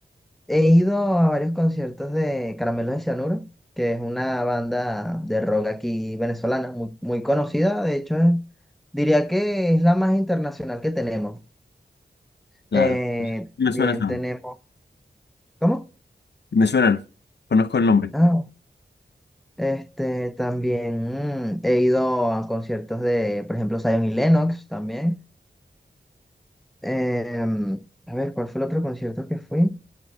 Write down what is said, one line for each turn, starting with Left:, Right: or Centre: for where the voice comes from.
Centre: he ido a varios conciertos de Caramelos de Cianuro, que es una banda de rock aquí venezolana, muy, muy conocida, de hecho es- diría que es la más internacional que tenemos.
Left: Claro.
Centre: Eh,
Left: Me
Centre: bien,
Left: suenan,
Centre: tenemos... ¿Cómo?
Left: me suenan, conozco el nombre.
Centre: Ah. Este, también mm, he ido a conciertos de, por ejemplo, Zion y Lennox también. Em, a ver, ¿cuál fue el otro concierto que fui?